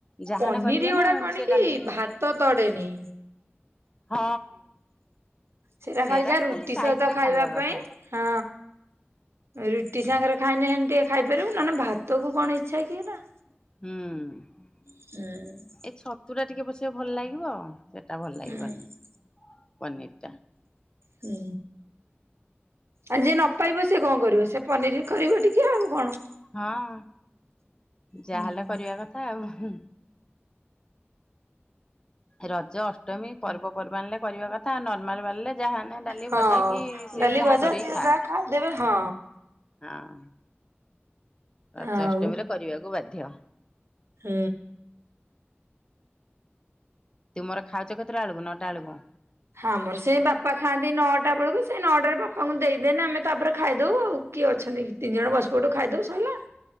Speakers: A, on the left; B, on the right.
A: ଯାହାନେ
B: ପନିର
A: କରିବେ ନା
B: ଗୁଡା
A: ଆଉ
B: କଣ
A: ସେ
B: କି
A: ଡାଲମା
B: ଭାତ ତଡ଼େନି।
A: ହଁ।
B: ସେଟା
A: ସେରାକ
B: ଖାଲି ଯା ରୁଟି
A: ସାଇଟରେ
B: ସହିତ ଖାଇବା
A: କଥା।
B: ପାଇଁ ହଁ। ରୁଟି ସାଙ୍ଗରେ ଖାଇନେ ହେନ୍ତି ଖାଇପାରିବୁ ନଲେ ଭାତକୁ କଣ ଇଚ୍ଛା କି ଏରା।
A: ହୁଁ।
B: ହୁଁ।
A: ଏଇ ଛତୁଟା ଟିକେ ପଛେ ଭଲ ଲାଗିବ ସେଟା ଭଲ ଲାଗିବନେଇ
B: ହୁଁ
A: ପନିରଟା।
B: ହୁଁ। ଆଉ ଯିଏ ନପାଇବ ସେ କଣ କରିବ ସେ ପନିରହି କରିବ ଟିକେ ଆଉ କଣ?
A: ହଁ। ଯାହାହେଲେ
B: ହୁଁ।
A: କରିବା କଥା ଆଉ ହୁ। ରଜ ଅଷ୍ଟମୀ ପର୍ବପର୍ବାଣୀରେ କରିବା କଥା ନ ମାଲ ବାରିଲେ ଯାହାନେ ଡାଲି
B: ହଁ
A: ଭଜା କି ସେ
B: ଡାଲି
A: ଯାହା
B: ଭଜା
A: କରିକି
B: ଯିଏ
A: ଖା।
B: ଯାହା ଖାଇଦେବେ ହଁ
A: ହଁ ରଜ
B: ଆଉ।
A: ଅଷ୍ଟମୀରେ କରିବାକୁ ବାଧ୍ୟ।
B: ହୁଁ।
A: ତୁମର ଖାଉଛ କେତଟା ବେଳକୁ ନଟା ଏଳକୁ
B: ହଁ ଆମର ସେ ବାପା ଖାଆନ୍ତି ନଅଟା ବେଳକୁ ସେ ନଅଟାରେ ବାପାଙ୍କୁ ଦେଇଦେନେ ଆମେ ତାପରେ ଖାଇଦଉ ଆଉ କିଏ ଅଛନ୍ତି କି? ତିନି ଜଣ ବସପଡୁ ଖାଇଦଉ ସଇଲା।